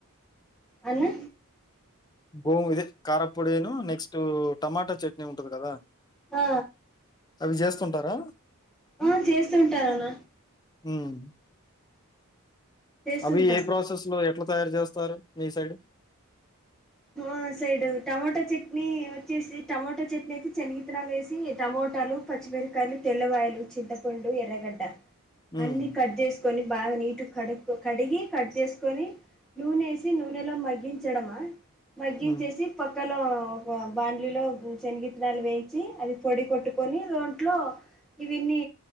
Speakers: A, in the centre; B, on the left (about 20°).
A: అన్న
B: భూ ఇదే కారంపొడిను నెక్స్ట్ టమాటా చట్నీ ఉంటది గదా
A: ఆ
B: అవి జేస్తుంటారా
A: ఆ చేస్తుంటారన్న
B: ఉమ్
A: చేస్తుంటా
B: అవి ఏ ప్రాసెస్ లో ఎట్లా తయారు జేస్తారు మీ సైడ్
A: మా సైడు టమాటో చట్నీ వచ్చేసి టమోటా చట్నీ అయితే శనగిత్తనాలు వేసి టమోట టమాటాలు పచ్చమిరకాయలు తెల్లవాయిలు చింతపండు ఎర్రగడ్డ
B: ఉమ్,
A: అన్ని కట్ జేసుకొని బాగా నీటు కడు కడిగి కట్ చేసుకొని నూనెేసి నూనెలో మగ్గించడమా మగ్గించేసి
B: ఉమ్,
A: పక్కలో ఒక బాంలీలో శనగిత్తనాలు వేయించి అది పొడి కొట్టుకొని దోంట్లో ఇవిన్నీ